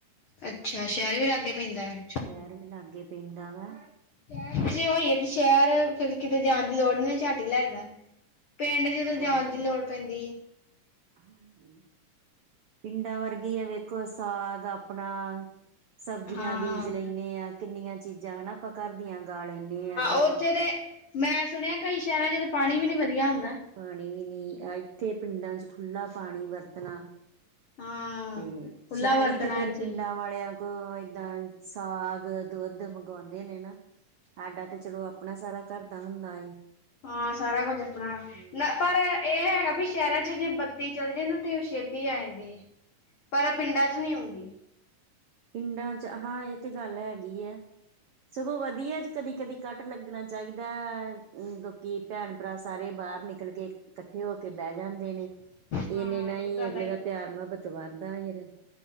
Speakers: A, on the left (about 90°); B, on the right (about 80°).
A: ਅੱਛਾ, ਸ਼ਹਿਰ ਵੀ ਲਾਗੇ ਪੈਂਦਾ ਅੱਛਾ
B: ਸ਼ਹਿਰ ਵੀ ਲਾਗੇ ਪੈਂਦਾ ਵਾ
A: ਸ਼ਹਿਰ 'ਚ ਜੇ ਹੋਈ ਹੈ, ਤੇ ਸ਼ਹਿਰ ਫੇਰ ਕਿਤੇ ਜਾਣ ਦੀ ਲੋੜ ਨੀ ਝਾਟੀ ਹੀ ਲੈਣ ਦਾ। ਪਿੰਡ ਜਦੋਂ ਜਾਂਚ ਦੀ ਲੋੜ ਪੈਂਦੀ ਹੈ।
B: ਹਾਂਜੀ-ਹਾਂਜੀ। ਪਿੰਡਾਂ ਵਰਗੀ ਆ ਵੇਖੋ, ਸਾਗ ਆਪਣਾ ਸਬਜ਼ੀਆਂ
A: ਹਾਂ
B: ਬੀਜ ਲੈਂਦੇ ਹਾਂ, ਕਿੰਨੀਆਂ ਚੀਜ਼ਾਂ ਹਨਾ, ਆਪਾਂ ਘਰ ਦੀਆਂ ਗਾ ਲੈਂਦੇ ਹਾਂ ਤਣੀ
A: ਉੱਥੇ ਤੇ ਮੈਂ ਸੁਣਿਆ ਕਈ ਸ਼ਹਿਰਾਂ ਚ ਤਾਂ ਪਾਣੀ ਵੀ ਨੀ ਵਧੀਆ ਹੁੰਦਾ।
B: ਪਾਣੀ ਵੀ ਨਹੀਂ ਇੱਥੇ ਪਿੰਡਾਂ ਚ ਖੁੱਲ੍ਹਾ ਪਾਣੀ ਵਰਤਣਾ,
A: ਹਾਂ
B: ਤੇ
A: ਖੁੱਲਾ
B: ਸ਼ਹਿਰੀ
A: ਵਰਤਣਾ
B: ਤੇ ਫੇਰ
A: ਇੱਥੇ
B: ਪਿੰਡਾਂ ਵਾਲਿਆਂ ਕੋਲ ਏਦਾਂ ਸਾਗ ਦੁੱਧ ਤੇ ਮੰਗਵਾਂਦੇ ਨੇ ਨਾ, ਸਾਡਾ ਤੇ ਚਲੋ ਆਪਨਾ ਸਾਰਾ ਘਰ ਦਾ ਹੁੰਦਾ ਏ।
A: ਹਾ ਸਾਰਾ ਕੁੱਝ ਆਪਣਾ।
B: ਹਮ
A: ਨਾ ਪਰ। ਇਹ ਹੈਗਾ ਬੀ ਸ਼ੇਰਾਂ ਚ ਜੇ ਬੱਤੀ ਚੱਲ ਜੇ ਨਾ ਤੇ ਉਹ ਛੇਤੀ ਆ ਜਾਂਦੀ। ਪਰ ਪਿੰਡਾਂ ਚ ਨਈ ਆਉਂਦੀ।
B: ਪਿੰਡਾਂ ਚ ਹਾ ਇਹ ਤੇ ਗੱਲ ਹੈਗੀ ਐ। ਸਗੋਂ ਵਧੀਆ ਜੇ ਕਦੀ-ਕਦੀ ਕੱਟ ਲੱਗਣਾ ਚਾਹੀਦਾ। ਗੋਕੀ ਭੈਣ ਭਰਾ ਸਾਰੇ ਬਾਰ ਨਿਕਲ ਕੇ ਕੱਠੇ ਹੋ ਕੇ ਬੇਹ ਜਾਂਦੇ ਨੇ।
A: ਹਾਂ
B: ਇਨੇ ਨਾ
A: ਇਹ
B: ਈ
A: ਵੀ ਗੱਲ
B: ਅਗਲੇ ਦਾ ਪਿਆਰ-ਮੁਹਬਤ ਵਧਦਾ ਫਿਰ।